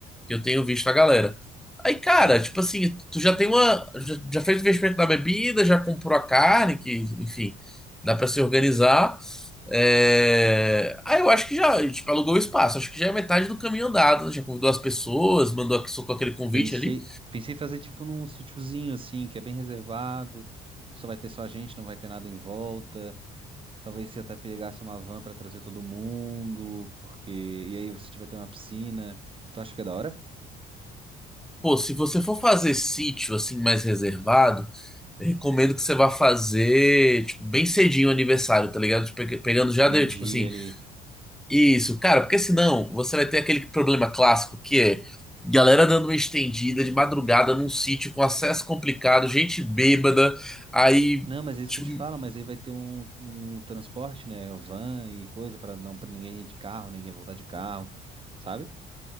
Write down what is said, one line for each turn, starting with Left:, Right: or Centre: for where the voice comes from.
Centre: que eu tenho visto a galera. Aí, cara,
Right: Tá.
Centre: tipo assim, tu já tem uma. Já, já fez o investimento na bebida, já comprou a carne, que, enfim, dá pra se organizar. É... Aí eu acho que já, tipo, alugou o espaço. Acho que já é metade do caminho andado. né? Já convidou as pessoas, mandou, aqui- soltou aquele convite
Right: Pensei,
Centre: ali.
Right: pensei em fazer tipo num sítiozinho assim, que é bem reservado, só vai ter só a gente, não vai ter nada em volta. Talvez se até pegasse uma van pra trazer todo mundo, porque e aí se tiver ter uma piscina, tu acha que é da hora?
Centre: Pô, se você for fazer sítio, assim, mais reservado, eu recomendo que você vá fazer, tipo, bem cedinho o aniversário, tá ligado? Tipo, pe- pegando já,
Right: Meio-dia
Centre: de- tipo assim.
Right: ali.
Centre: Isso, cara, porque senão você vai ter aquele problema clássico que é galera dando uma estendida de madrugada num sítio com acesso complicado, gente bêbada, aí,
Right: Não, mas é isso
Centre: tipo,
Right: que eu te falo, mas aí vai ter um, um transporte, né? Van e coisa pra não para ninguém ir de carro, ninguém voltar de carro, sabe?